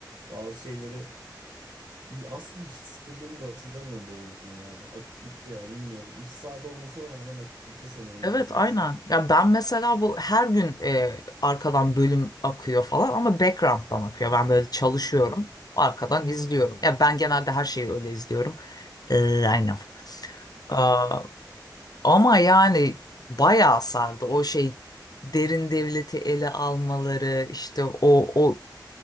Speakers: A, on the right; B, on the left.
A: bazı şeyleri İyi, aslında hiç sıkıldığımı da hatırlamıyorum doğru düzgün ya. Akıp gitti ya bilmiyorum. İki saat olmasına rağmen akıp gitti sanırım
B: Evet,
A: dizi
B: aynen.
A: için.
B: Ya ben mesela bu her gün e, arkadan bölüm akıyor falan ama background'dan akıyor. Ben böyle çalışıyorum, arkadan izliyorum. Ya ben genelde her şeyi öyle izliyorum. Ee, aynen. Aa, ama yani bayağı sardı o şey derin devleti ele almaları işte o o